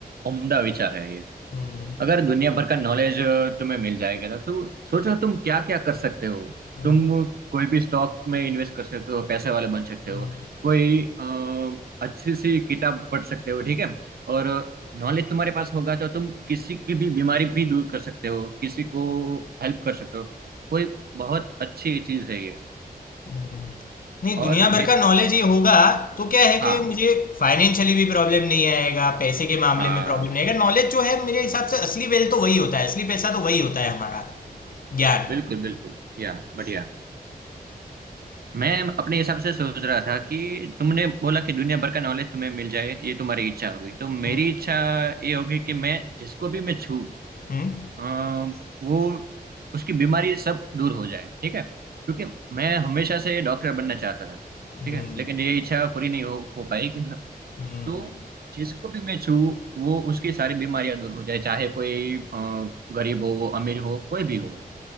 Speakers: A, on the right; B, on the left.
A: उम्दा विचार है ये
B: हम्म,
A: अगर दुनिया भर का नॉलेज तुम्हें मिल जाएगा ना तो सोचो तुम क्या क्या कर सकते हो
B: हम्म,
A: तुम कोई भी स्टॉक में इन्वेस्ट कर सकते हो पैसे वाले बन सकते
B: हम्म।
A: हो कोई अ, अच्छी सी किताब पढ़ सकते हो ठीक है और नॉलेज तुम्हारे पास होगा तो तुम किसी की भी बीमारी भी दूर कर सकते हो किसी को हेल्प कर सकते हो कोई बहुत अच्छी चीज है ये
B: हुँ। नहीं, दुनिया
A: और मैं
B: भर का नॉलेज ये होगा तो क्या है कि
A: हाँ
B: मुझे फाइनेंशियली भी प्रॉब्लम नहीं आएगा, पैसे के मामले
A: हाँ
B: में प्रॉब्लम नहीं आएगा। नॉलेज जो है मेरे हिसाब से असली वेल्थ तो वही होता है, असली पैसा तो वही होता है हमारा, ज्ञान।
A: बिल्कुल बिल्कुल या बढ़िया मैं अपने हिसाब से सोच रहा था कि तुमने बोला कि दुनिया भर का नॉलेज तुम्हें मिल जाए ये तुम्हारी इच्छा होगी तो
B: हुँ,
A: मेरी इच्छा ये होगी कि मैं जिसको भी मैं छू
B: हुँ,
A: अम, वो उसकी बीमारी सब दूर हो जाए ठीक है क्योंकि मैं हमेशा से डॉक्टर बनना चाहता था
B: हुँ,
A: ठीक है लेकिन ये इच्छा पूरी नहीं हो, हो पाई
B: हुँ,
A: तो जिसको भी मैं छू वो उसकी सारी बीमारियां दूर हो जाए चाहे कोई अ, गरीब हो अमीर हो कोई भी हो